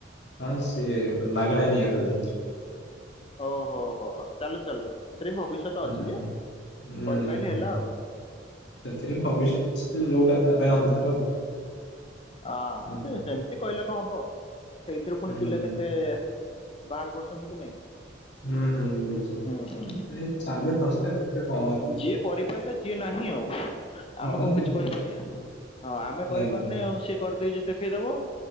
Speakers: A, on the left; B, on the left.
A: ହଁ ସିଏ ମାଗଣା ନିଆଁ ଖାଉଚନ୍ତି।
B: ଓ ହୋ ହୋ ଚାଲୁ ଚାଲୁ। ସେଥିରେ ବି ଭବିଷ୍ୟତ
A: ହୁଁ,
B: ଅଛି ଯେ
A: ହୁଁ,
B: କରିପାଇଲେ
A: ହୁଁ, ହୁଁ।
B: ହେଲା ଆଉ।
A: ସେଥିରେ ଭବିଷ୍ୟତ ଯୋଉଟା ତା ପାଇଁ ଅନ୍ଧାର ଆଉ।
B: ହଁ
A: ହୁଁ, ହୁଁ,
B: ସେ ସେମିତି କହିଲେ କଣ ହବ। ସେଇଥିରୁ ପୁଣି
A: ହୁଁ,
B: ପିଲା
A: ହୁଁ,
B: କେତେ ବାହାର କରୁଚନ୍ତି କି ନାଇଁ।
A: ହୁଁ ହୁଁ ବୁଝିଲି
B: ହୁଁ ହୁଁ
A: ଉଁ ଏ ଚାଲୁ ସଂସ୍ଥା ଏତେ କଁ
B: ଯିଏ କରିପାରିଲ ଯିଏ ନାହିଁ ଆଉ
A: ହଁ
B: ଆମେ କଣ
A: ନି-
B: କିଛି କହିପାରିବା। ହଁ ଆମେ
A: ନାଇଁ
B: କରିପାରୁନେ
A: ନାଇଁ
B: ଆଉ ସିଏ କରିଦେଇ ଯଦି ଦେଖେଇଦବ?